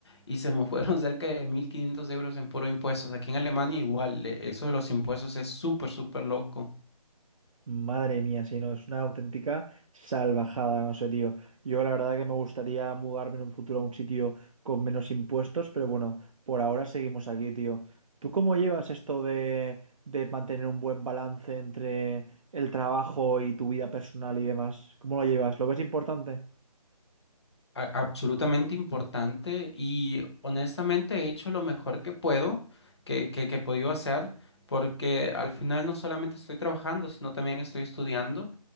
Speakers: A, on the left (about 45°); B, on the right (about 55°).
A: y se me fueron <laughs> cerca de 1.500 euros en puro impuestos. Aquí en Alemania igual, eh, eso de los impuestos es súper, súper loco.
B: Madre mía, sí, no, es una auténtica salvajada, no sé, tío. Yo la verdad que me gustaría mudarme en un futuro a un sitio con menos impuestos, pero bueno, por ahora seguimos aquí, tío. ¿Tú cómo llevas esto de, de mantener un buen balance entre el trabajo y tu vida personal y demás? ¿Cómo lo llevas? ¿Lo ves importante?
A: A- absolutamente importante y honestamente he hecho lo mejor que puedo, que, que, que he podido hacer, porque al final no solamente estoy trabajando, sino también estoy estudiando.